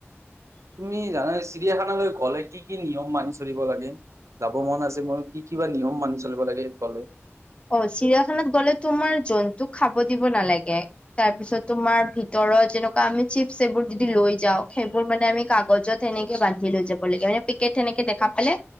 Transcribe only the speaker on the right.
তুমি জানা চিৰিয়াখানালৈ গলে কি কি নি নিয়ম মানি চলিব লাগে যাব মন আছে। মোৰ কি কিবা নিয়ম মানি চলিব লাগে। এইফালে